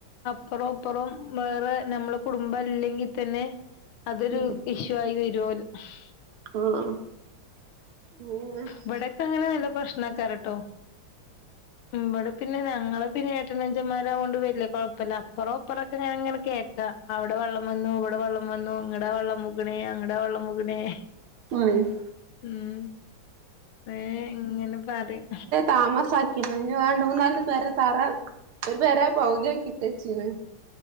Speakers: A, on the left (about 85°); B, on the right (about 80°).
A: അപ്പാരോം ഇപ്പോറോം വേറെ നമ്മള കുടുംബല്ലെങ്കി തന്നെ അതൊരു
B: ഉം
A: ഇഷ് <unintelligible>
B: <unintelligible> ഉം ഉം
A: ഇവിടേക്കെ അങ്ങനെ നല്ല പ്രശ്നക്കാരാട്ടോ മ്മ് ഇവടെ പിന്നെ ഞങ്ങളെ പിന്നെ ഏട്ടനനുജൻമാരാവോണ്ട് വരില്ലേ കൊഴപ്പല്ല അപ്പറോം ഇപ്പറോം ഞാനിങ്ങനെ കേക്കാം അവിടെ വെള്ളം വന്നു ഇവിടെ വെള്ളം വന്നു ഇങ്ങടെ വെള്ളം മു കൊറേ അങ്ങട വെള്ളം പോകുന്നെ
B: <unintelligible>
A: മ്മ് കൊറേ ഇങ്ങനെ പറയും
B: താമസാക്കിന്ന് ഇനി വേറേ രണ്ട് മൂന്ന് നാല് പേര തറ ഒരു പെരേ പകുതിയാക്കിയിട്ട് വെച്ചേക്കണ് വെ